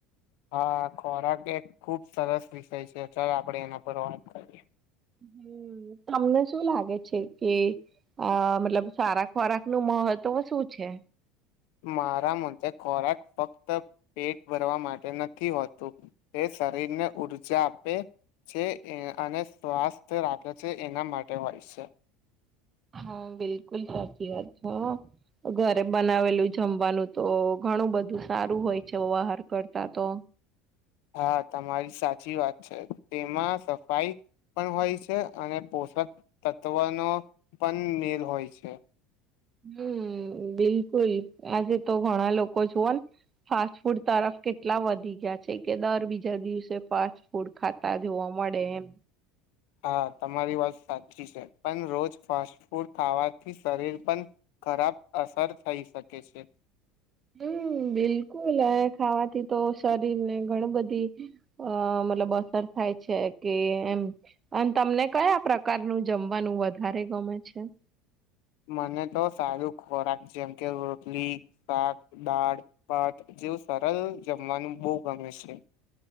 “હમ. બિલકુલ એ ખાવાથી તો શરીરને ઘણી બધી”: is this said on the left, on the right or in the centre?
Right